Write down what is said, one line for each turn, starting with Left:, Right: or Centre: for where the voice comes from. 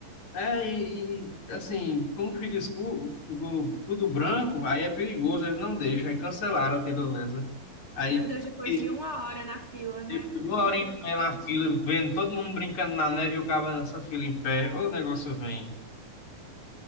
Left: É, e, e, assim, como fica escuro, ficou tudo branco, aí é perigoso, eles não deixam, aí cancelaram, a menos. né? Aí,
Right: Meu Deus, depois
Left: e-
Right: de uma hora na fila, né?
Left: e uma
Right: Que
Left: hora
Right: frustrante.
Left: em pé na fila, vendo todo mundo brincando na neve e o cara nessa fila em pé, ô, o negócio vem.